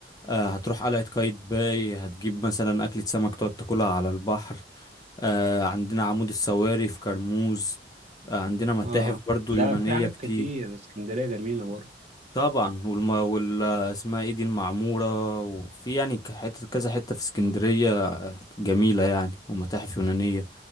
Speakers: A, on the left; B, on the right.
A: آه، هتروح قلعة قايتباي هتجيب مثلا أكلة سمك تقعد تاكلها على البحر آه، عندنا عمود السواري في كرموز آه، عندنا متاحف
B: أه
A: برضو
B: لا
A: يونانية
B: في حاجات
A: كتير
B: كتير اسكندرية جميلة برضه
A: طبعا والم... وال اسمها ايه دي المعمورة وفي يعني ك- حتة كذا حتة في اسكندرية جميلة يعني ومتاحف يونانية